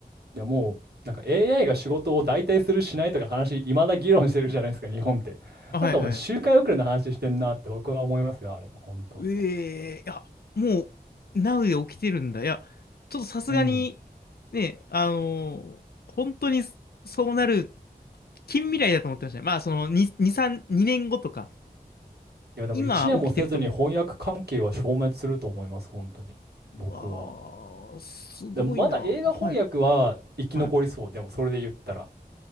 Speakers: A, on the right; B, on the left.
A: いやもうなんか AI が仕事を代替するしないとか話いまだ議論してるじゃないですか日本って。
B: あはいはい。
A: なんかもう周回遅れの話してんなって僕は思いますよあれ本当。
B: ええー。いや、もう、ナウで起きてるんだ。いや、ちょっとさすがに、
A: うん。
B: ね、あのー本当にそうなる近未来だと思ってましたね。まあ、その、2、2、3、2年後とか、
A: いやでも1年もせずに翻訳関係は消滅すると思います本当に僕は。
B: 今起きてると思って。うわー、すごいな。
A: でもまだ映画翻訳は生き残りそう。
B: はい。はい。
A: でもそれで言ったら。